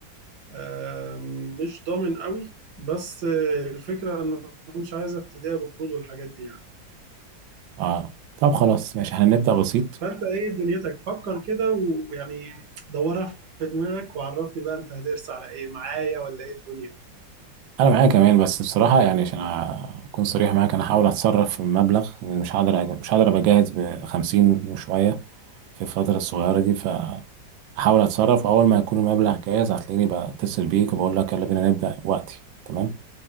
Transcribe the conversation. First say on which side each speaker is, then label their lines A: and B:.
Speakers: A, on the right (about 60°); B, on the right (about 80°).
A: آم، مش ضامن قوي بس آه، الفكرة ان أنا مش عايز افتديها بقروض والحاجات دي يعني
B: اه طب خلاص ماشي احنا نبدا بسيط
A: فانت ايه دنيتك فكر كده و- ويعني دورها في دماغك وعرفني بقى انت هترسى على ايه معايا ولا ايه الدنيا
B: انا معايا كمان بس بصراحه يعني عشان اكون صريح معاك انا هحاول اتصرف في المبلغ لأن مش هقدر أج- مش هقدر ابقى جاهز ب 50 وشويه في الفتره الصغيره دي احاول اتصرف اول ما يكون المبلغ جاهز هتلاقيني بتصل بيك وبقول لك يلا بينا نبدا وقتي تمام